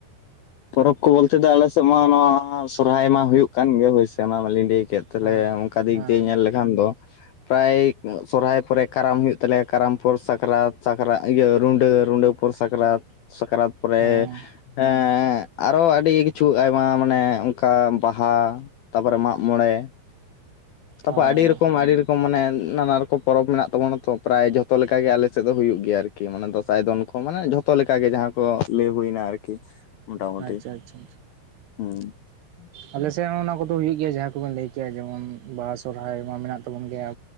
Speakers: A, on the left; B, on the right.
A: ᱯᱚᱨᱚᱵᱽ ᱠᱚ ᱵᱚᱞᱛᱮ ᱫᱚ ᱟᱞᱮᱥᱮᱫ ᱢᱟ ᱱᱚᱣᱟ ᱥᱚᱨᱦᱟᱭ ᱢᱟ ᱦᱩᱭᱩᱜ ᱠᱟᱱ ᱜᱮ ᱦᱳᱭᱥᱮ ᱚᱱᱟ ᱢᱟᱞᱤᱧ ᱞᱮᱭ ᱠᱮᱫ᱾ ᱛᱟᱦᱟᱞᱮ
B: ᱦᱮᱸ
A: ᱚᱱᱠᱟ ᱫᱤᱠ
B: ᱦᱮᱸ
A: ᱫᱤᱭᱮ ᱧᱮᱞ ᱞᱮᱠᱷᱟᱱ ᱫᱚ, ᱯᱨᱟᱭ ᱥᱚᱨᱚᱦᱟᱭ ᱯᱚᱨᱮ ᱠᱟᱨᱟᱢ ᱦᱩᱭᱩᱜ ᱛᱟᱞᱮᱭᱟ ᱠᱟᱨᱟᱢ ᱯᱚᱨ ᱥᱟᱠᱨᱟᱛ ᱥᱟᱠᱨᱟᱛ ᱤᱭᱟᱹ ᱨᱩᱰᱟᱹ ᱨᱩᱰᱟᱹ ᱯᱚᱨ ᱥᱟᱠᱨᱟᱛ ᱥᱟᱠᱨᱟᱛ ᱯᱚᱨᱮ
B: ᱦᱮᱸ
A: <unintelligible> ᱟᱨᱚ ᱟᱹᱰᱤ ᱠᱤᱪᱷᱩ ᱟᱭᱢᱟ ᱢᱟᱱᱮ ᱚᱱᱠᱟ ᱵᱟᱦᱟ, ᱛᱟᱯᱚᱨᱮ ᱢᱟᱜ ᱢᱚᱬᱮ, ᱛᱟᱯᱚᱨ
B: ᱦᱳᱭ
A: ᱟᱹᱰᱤ ᱨᱚᱠᱚᱢ ᱟᱹᱰᱤ ᱨᱚᱠᱚᱢ ᱢᱟᱱᱮ ᱱᱟᱱᱟ ᱨᱚ ᱯᱚᱨᱚᱵᱽ ᱢᱮᱱᱟᱜ ᱛᱟᱵᱚᱱᱟ ᱛᱚ ᱯᱨᱟᱭ ᱡᱷᱚᱛᱚ ᱞᱮᱠᱟᱜ ᱜᱮ ᱟᱞᱮ ᱥᱮᱫ ᱫᱚ ᱦᱩᱭᱩᱜ ᱜᱮᱭᱟ ᱟᱨᱠᱤ ᱢᱟᱱᱮ ᱫᱸᱥᱟᱭ ᱫᱚᱱ ᱠᱚ ᱢᱟᱱᱮ ᱡᱚᱛᱚ ᱡᱚᱛᱚ ᱞᱮᱠᱟ ᱜᱮ ᱡᱟᱦᱟᱸ ᱠᱚ ᱞᱮᱭ ᱦᱩᱭᱱᱟ ᱟᱨᱠᱤ᱾ ᱢᱚᱴᱟᱢᱩᱴᱤ
B: ᱟᱪᱪᱷᱟ ᱟᱪᱪᱷᱟ
A: ᱦᱮᱸ
B: ᱟᱞᱮᱥᱮᱫ ᱦᱚᱸ ᱚᱱᱟ ᱠᱚᱫᱚ ᱦᱩᱭᱩᱜ ᱜᱮᱭᱟ ᱡᱟᱦᱟᱸ ᱠᱚᱵᱮᱱ ᱞᱮᱭ ᱠᱮᱭᱟ ᱡᱮᱢᱚᱱ ᱵᱟᱦᱟ ᱥᱚᱦᱨᱟᱭ ᱢᱟ ᱢᱮᱱᱟᱜ ᱛᱟᱵᱚᱱ ᱜᱮᱭᱟ᱾